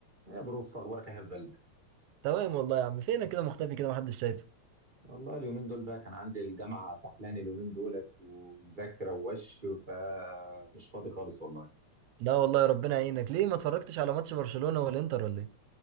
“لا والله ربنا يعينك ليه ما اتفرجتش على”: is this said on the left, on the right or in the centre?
Right